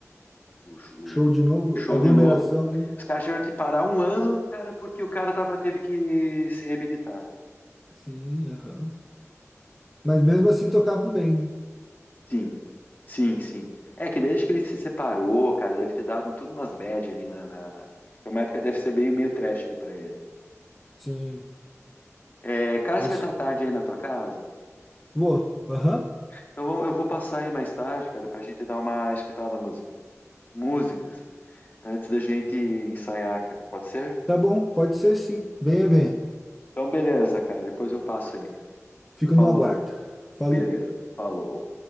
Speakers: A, on the left; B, in the centre.
A: o sh- o
B: Show de novo,
A: show
B: aglomeração,
A: de novo.
B: né?
A: Os caras tiveram que parar um ano, cara, porque o cara tava, teve que se reabilitar.
B: Sim, aham. Mas mesmo assim tocavam bem, né?
A: Sim. Sim, sim. É que desde que ele se separou, cara, deve ter dado todas umas bad ali na, na, na... Foi uma época que deve ser meio, meio trash ali pra ele.
B: Sim.
A: É, cara,
B: Deixa-
A: você vai estar tarde aí na tua casa?
B: Vou. Aham.
A: Então vamos- eu vou passar aí mais tarde, cara, pra gente dar uma escutada nas músicas antes da gente ensaiar, cara. Pode ser?
B: Tá bom, pode ser sim. Venha, venha.
A: Então beleza, cara. Depois eu passo aí, cara.
B: Fico
A: Falou.
B: no aguardo. Falou.
A: Beleza. Falou.